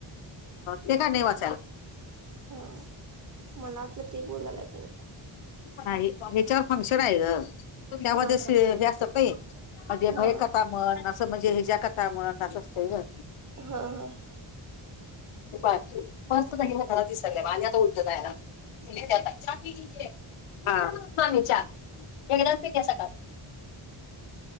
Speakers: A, on the left (about 80°); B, on the right (about 40°).
A: ते काय नाही वाटत
B: हा मला ते बोलायलाय तुम्ही
A: नाही फंक्शन आहे त्यामध्ये
B: हा हा
A: असत म्हणे <unintelligible>
B: हा
A: भय कथा म <inaudible> म्हणजे ह्या कथा म्हण असतंय ग
B: हा हा
A: पाच पाच नाही ना घरा दिसर आणि आता उलटं जाय ना <inaudible> त प <unintelligible> एकदाच नाही त्या सकाळ